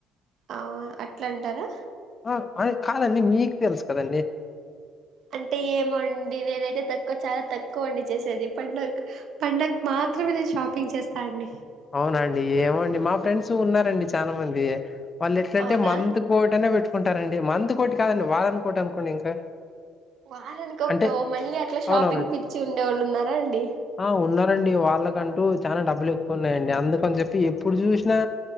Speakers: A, on the right (about 60°); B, on the left (about 35°).
A: ఆ అట్లంటారా
B: ఆ అది కాదండి మీక్ తెలుస్ కదండీ
A: అంటే ఏమోండీ నేనైతే తక్కువ చాలా తక్కువండి చేసేది పండక్ పండక్ మా మాత్రమే నేను షాపింగ్ చేస్తా అండీ
B: అవునాండి ఏమోండి మా ఫ్రెండ్స్ ఉన్నారండి చాలా మంది వాళ్ళు ఎట్లంటే
A: అవునా
B: మంత్ కోటనే పెట్టుకుంటారండీ మంత్ కోటి కాదండీ వారనుకోటి అనుకోండి ఇంకా
A: వారానికి ఒకటో
B: అంటే
A: మళ్ళీ అట్ల షాపింగ్
B: అవునవునండి
A: పిచ్చి ఉండేవాళ్ళు ఉన్నారా అండీ
B: ఆ ఉన్నారండీ వాళ్ళకంటూ చానా డబ్బులు ఎక్కువ ఉన్నాయండీ అందుకని చెప్పి ఎప్పుడు జూసినా